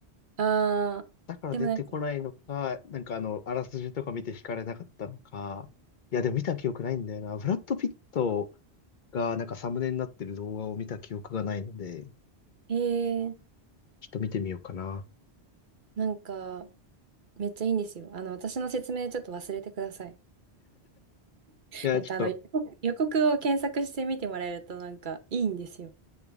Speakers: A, on the right; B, on the left.
A: あー、
B: だから出てこないのか、
A: でもなんか、
B: なんかあの、あらすじとか見て惹かれなかったのか。いや、でも見た記憶ないんだよな。ブラッド・ピットがなんかサムネになってる動画を見た記憶がないので、
A: えー、
B: ちょっと見てみようかな。
A: なんか、めっちゃいいんですよ。あの、私の説明ちょっと忘れてください。
B: いや、
A: なんかあの予告予告を検索してみてもらえるとなんかいいんですよ。
B: ちょっと